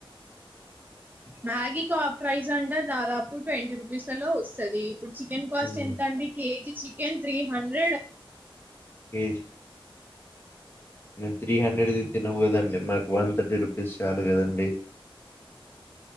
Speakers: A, on the right; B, on the left.
A: మ్యాగి టాప్ ప్రైస్ అంటే దాదాపు ట్వంటీ రూపీస్లలో వస్తుంది ఇప్పుడు చికెన్ కాస్ట్
B: మ్మ్.
A: ఎంత అండి KG chicken three hundred
B: KG నేను త్రీ హండ్రెడ్ది తినను కదండి మాకు వన్ థర్టీ రూపీస్ చాలు కదండి